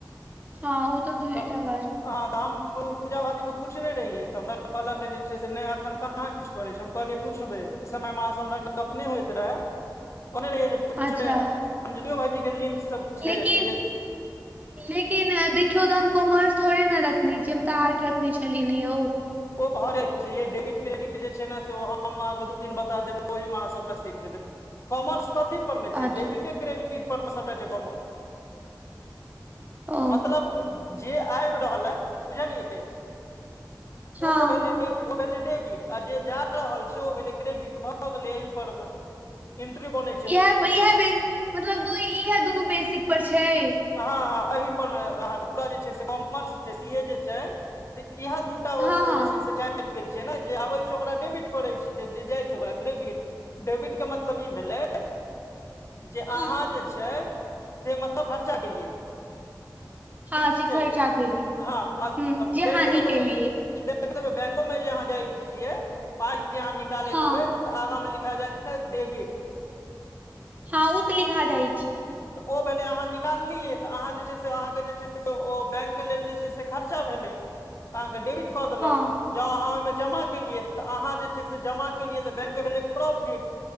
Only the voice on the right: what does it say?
हँ ओतऽ दुएटा
गाछ!
अच्छा
लेकिन
लेकिन देखियौ तऽ हम कॉमर्स थोड़े न रखने छी हम तऽ आर्ट रखने छी। त लेने आउ?
अच्छा
ओ
हँ
इएह पर इएह बेस मतलब दूइ इएह दुनू बेसिक पर छै!
हँ हँ
हँ
हँ
जे
खर्चा केली
ह
जे
हानि केली
हँ
हँ उतऽ लिखा जाइ छै।
हँ